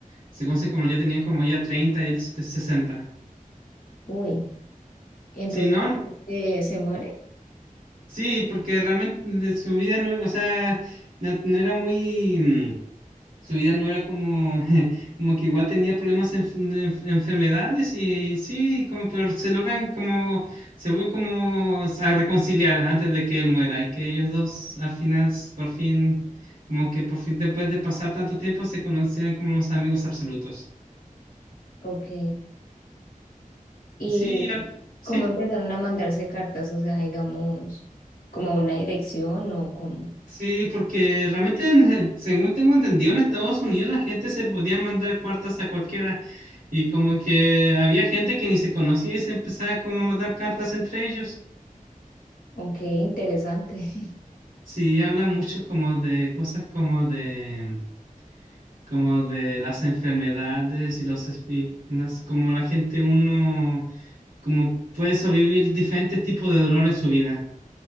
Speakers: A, on the right (about 70°); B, on the left (about 80°).
A: se conocen como ya tenían como ya 30 y él se- 60.
B: Uy. Entonces
A: Sí, no,
B: este, se muere,
A: sí, porque realmente de su vida no, o sea, no, no era muy... su vida no era como, <laughs> como que igual tenía problemas en, de enf- enfermedades y sí, como, pero se logran como, se vuelven como a reconciliar antes de que él muera y que ellos dos al final, s- por fin, como que por fin después de pasar tanto tiempo se conocían como los amigos absolutos.
B: ok. ¿Y
A: Sí, al- sí.
B: cómo empezaron a mandarse cartas? O sea, digamos, como a una dirección o como,
A: Sí, porque realmente, en- según tengo entendido, en Estados Unidos la gente se podía mandar cartas a cualquiera. Y como que había gente que ni se conocía y se empezaba como a mandar cartas entre ellos.
B: ok, interesante. <laughs>
A: Sí, habla mucho como de cosas como de, como de las enfermedades y los, es- y las, como la gente uno, como puede sobrevivir diferentes tipos de dolor en su vida.